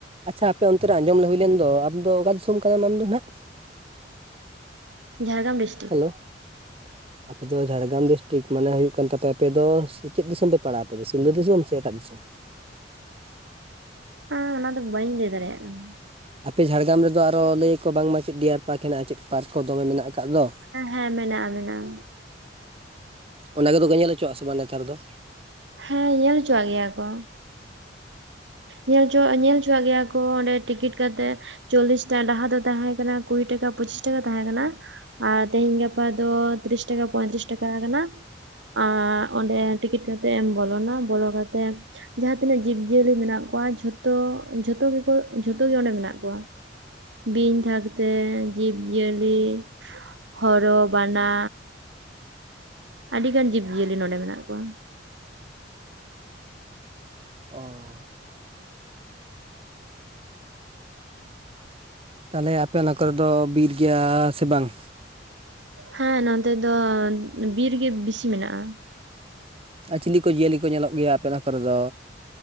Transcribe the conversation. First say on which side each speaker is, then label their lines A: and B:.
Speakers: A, on the right (about 35°); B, on the right (about 80°).
A: ᱟᱪᱪᱷᱟ ᱟᱯᱮ ᱚᱱᱛᱮ ᱨᱮ ᱟᱸᱡᱚᱢ ᱦᱩᱭ ᱞᱮᱱ ᱫᱚ ᱟᱢᱫᱚ ᱚᱠᱟ ᱫᱤᱥᱚᱢ ᱠᱟᱱᱟᱢ ᱟᱢᱫᱚ ᱦᱟᱜ?
B: ᱡᱷᱟᱲᱜᱮᱨᱟᱢ ᱰᱤᱥᱴᱤᱠ
A: <inaudible> ᱟᱯᱮ ᱡᱷᱟᱲᱜᱮᱨᱟᱢ ᱰᱤᱥᱴᱤᱠ ᱢᱟᱱᱮ ᱦᱩᱭᱩᱜ ᱠᱟᱱ ᱛᱟᱯᱮᱭᱟ ᱟᱯᱮ ᱫᱚ ᱪᱮᱫ ᱫᱤᱥᱚᱢ ᱯᱮ ᱯᱟᱲᱟᱜ ᱟᱯᱮ ᱫᱚ ᱥᱤᱞᱫᱟᱹ ᱫᱤᱥᱚᱢ ᱥᱮ ᱮᱴᱟᱜ ᱫᱤᱥᱚᱢ?
B: ᱮᱸ ᱚᱱᱟᱫᱚ ᱵᱟᱹᱧ‌ ᱞᱮᱹᱭ ᱫᱟᱲᱮᱭᱟᱜ ᱠᱟᱱᱟ᱾
A: ᱟᱯᱮ ᱡᱷᱟᱲᱜᱟᱢ ᱨᱮᱫᱚ ᱟᱨᱚ ᱞᱟᱹᱭ ᱟᱠᱚ ᱵᱟᱝᱢᱟ ᱪᱮᱫ ᱰᱤᱭᱟᱨ ᱯᱟᱨᱠ ᱦᱮᱱᱟᱜᱼᱟ ᱪᱮᱫ ᱯᱟᱨᱠ ᱠᱚ ᱫᱚᱢᱮ ᱢᱮᱱᱟᱜ ᱠᱟᱜ ᱫᱚ?
B: ᱦᱮᱸ ᱦᱮᱸ ᱢᱮᱱᱟᱜᱼᱟ ᱢᱮᱱᱟᱜᱼᱟ᱾
A: ᱚᱱᱟᱠᱚᱫᱚ ᱠᱚ ᱧᱮᱞ ᱚᱪᱚᱜᱼᱟ ᱥᱮ ᱵᱟᱝ ᱱᱮᱛᱟᱨ ᱫᱚ?
B: ᱦᱮᱸ ᱧᱮᱞ ᱦᱚᱪᱚᱣᱟᱜ ᱜᱮᱭᱟ ᱠᱚ᱾ ᱧᱮᱞᱪᱚ ᱧᱮᱞ ᱦᱚᱪᱚᱣᱟᱜ ᱜᱮᱭᱟ ᱠᱚ ᱚᱸᱰᱮ ᱴᱤᱠᱤᱴ ᱠᱟᱛᱮᱜ᱾ ᱪᱚᱞᱤᱥ ᱴᱟ ᱞᱟᱦᱟ ᱫᱚ ᱛᱟᱦᱮᱸ ᱠᱟᱱᱟ ᱠᱩᱲᱤ ᱴᱟᱠᱟ ᱯᱚᱸᱪᱤᱥ ᱴᱟᱠᱟ ᱛᱟᱦᱮᱸ ᱠᱟᱱᱟ᱾ ᱟᱨ ᱛᱮᱦᱮᱧ ᱜᱟᱯᱟ ᱫᱚ ᱛᱤᱨᱤᱥ ᱴᱟᱠᱟ ᱯᱚᱸᱭᱛᱤᱨᱤᱥ ᱴᱟᱠᱟᱣ ᱠᱟᱱᱟ᱾ ᱟᱸ ᱚᱸᱰᱮ ᱴᱤᱠᱤᱴ ᱠᱟᱛᱮᱜ ᱮᱢ ᱵᱚᱞᱚᱱᱟ ᱵᱚᱞᱚ ᱠᱟᱛᱮᱜ ᱡᱟᱦᱟᱸ ᱛᱤᱱᱟᱹᱜ ᱡᱤᱵ ᱡᱤᱭᱟᱹᱞᱤ ᱢᱮᱱᱟᱜ ᱠᱚᱣᱟ ᱡᱷᱚᱛᱚ ᱡᱷᱚᱛᱚ ᱜᱮᱠᱚ ᱡᱷᱚᱛᱚ ᱜᱮ ᱚᱸᱰᱮ ᱢᱮᱱᱟᱜ ᱠᱚᱣᱟ᱾ ᱵᱤᱧ ᱛᱷᱟᱠᱟᱛᱮ ᱡᱤᱵᱽ ᱡᱤᱭᱟᱹᱞᱤ ᱦᱚᱨᱚ, ᱵᱟᱱᱟ᱾ ᱟᱹᱰᱤ ᱜᱟᱱ ᱡᱤᱵᱽ ᱡᱤᱭᱟᱹᱞᱤ ᱱᱚᱸᱰᱮ ᱢᱮᱱᱟᱜ ᱠᱚᱣᱟ᱾
A: ᱚ ᱛᱟᱦᱞᱮ ᱟᱯᱮ ᱚᱱᱟ ᱠᱚᱨᱮ ᱫᱚ ᱵᱤᱨ ᱜᱮᱭᱟ ᱥᱮ ᱵᱟᱝ?
B: ᱦᱮᱸ ᱱᱚᱛᱮ ᱫᱚ ᱵᱤᱨ ᱜᱮ ᱵᱤᱥᱤ ᱢᱮᱱᱟᱜᱼᱟ᱾
A: ᱟ ᱪᱤᱞᱤ ᱠᱚ ᱡᱤᱭᱟᱹᱞᱤ ᱠᱚ ᱧᱮᱞᱚᱜ ᱜᱮᱭᱟ ᱟᱯᱮ ᱚᱱᱟ ᱠᱚᱨᱮ ᱫᱚ?